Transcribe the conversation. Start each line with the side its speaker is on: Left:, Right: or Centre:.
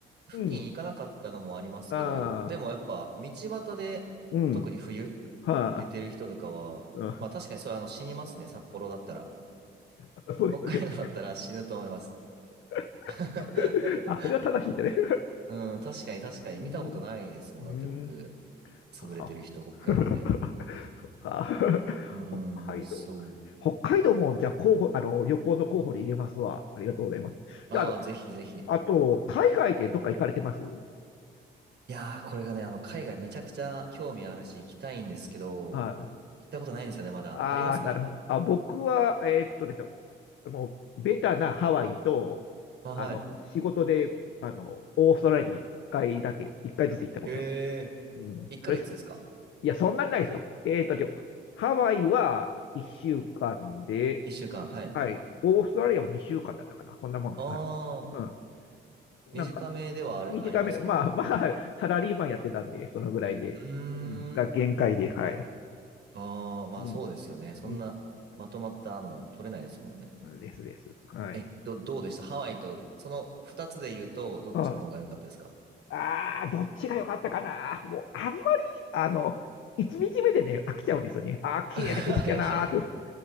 Right: 付近行かなかったのもありますけど、
Left: <laughs> うん。あ
Right: でもやっぱ道端で、
Left: あ。うん。
Right: まあ特に冬、
Left: はあ。
Right: 寝てる人とかは、
Left: う
Right: まあ確かにそれあの死にますね、札幌だったら。
Left: ん、<laughs> そうですよね。
Right: 北海道だったら死ぬと思います。
Left: <laughs>
Right: <laughs>
Left: あ、それは正しいんだね。
Right: うん、確かに確かに見たことないですもん。
Left: <laughs> うーん。うーん。
Right: だって僕、潰れてる人、
Left: あ
Right: 北海道で。
Left: <laughs> そっか。<laughs>
Right: うーん、
Left: 北海道。
Right: そう。
Left: 北海道も、じゃあ、候補、あの、旅行の候補に入れますわ。ありがとうございます。
Right: ああ、
Left: じゃあ、あの、
Right: ぜひぜひ。い
Left: あと、海外でどっか行かれてます
Right: やー、これがね、あの、海外めちゃくちゃ興味あるし、行きたいんですけど、
Left: はい。
Right: 行ったことないんですよね、まだ。
Left: ああ、
Right: ありますか
Left: なるほど。あ、僕は、えーっとですね、もう、ベタなハワイと、
Right: あ、はい。
Left: あの、仕事で、あの、オーストラリアに一回だけ、一回ずつ行ったことが、
Right: ええー。
Left: うん、
Right: 1ヶ月ですか
Left: それしいや、そんなにないですよ。えっと、でもハワイは1週間で、
Right: 一週間、はい。
Left: はい、オーストラリアも2週間だったかな、そんなもんです。
Right: ああ、
Left: はい、うん、
Right: 短めではある、
Left: なんか、短めで、
Right: ありますけど。
Left: まあ <laughs> まあ、サラリーマンやってたんで、そのぐらいで、
Right: うーん。
Left: うん、が限界で、はい。
Right: ああ、まあそうですよね。
Left: うん、
Right: そんなまとまったの取れないですもんね。
Left: うん、うん、ですです。はい。
Right: え、ど、どうでしたハワイと、その二つで言うと、どっちの方が良かったですか
Left: うんああ、どっちが良かったかな。もう、あんまり、あの、1日目でね、飽きちゃうんですよね。ああ、綺麗な景色やなーって。
Right: <laughs> いや、早っ、